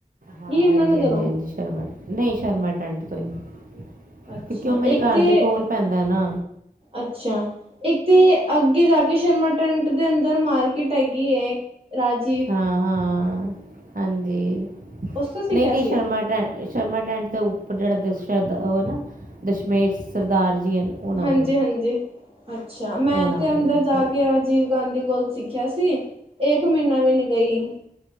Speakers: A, on the right; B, on the right.
A: ਹਾਂ,
B: ਯਮੁਨਾ
A: ਹਾਂਜੀ-
B: ਨਗਰੋਂ
A: ਹਾਂਜੀ- ਹਾਂਜੀ ਸ਼ਰਮਾ ਨਹੀਂ ਸ਼ਰਮਾ ਟੈਂਟ ਤੋਂ ਹੀ
B: ਅੱਛਾ
A: ਕਿਉ ਮੇਰੇ
B: ਇੱਕ
A: ਘਰ
B: ਤੇ
A: ਦੇ ਕੋਲ ਪੈਂਦਾ ਨਾ।
B: ਅੱਛਾ। ਇੱਕ ਤੇ ਅੱਗੇ ਜਾ ਕੇ ਸ਼ਰਮਾ ਟੈਂਟ ਦੇ ਅੰਦਰ ਮਾਰਕੀਟ ਹੈਗੀ ਏ, ਰਾਜ
A: ਹਾਂ- ਹਾਂ ਹਾਂਜੀ
B: ਉਸ ਤੋਂ ਸਿੱਖਿਆ
A: ਨਹੀਂ- ਨਹੀਂ
B: ਸੀ
A: ਸ਼ਰਮਾ ਟ ਸ਼ਰਮਾ ਟੈਂਟ ਦੇ ਉੱਪਰ ਜਿਹੜਾ ਦ ਸ਼ਰਧਾ ਉਹ ਹੈ ਨਾ ਦਸ਼ਮੇਸ਼ ਸਰਦਾਰ ਜੀ ਹਨ। ਉਹਨਾਂ
B: ਹਾਂਜੀ-ਹਾਂਜੀ,
A: ਕੋਲ
B: ਅੱਛਾ ਮੈਂ
A: ਉਹਨਾਂ
B: ਤੇ
A: ਕੋਲ
B: ਅੰਦਰ ਜਾ
A: ਔਰ
B: ਕੇ ਆਜ ਰਾਜੀਵ ਗਾਂਧੀ ਕੋਲ ਸਿੱਖਿਆ ਸੀ ਇੱਕ ਮਹੀਨਾ ਵੀ ਨੀ ਗਈ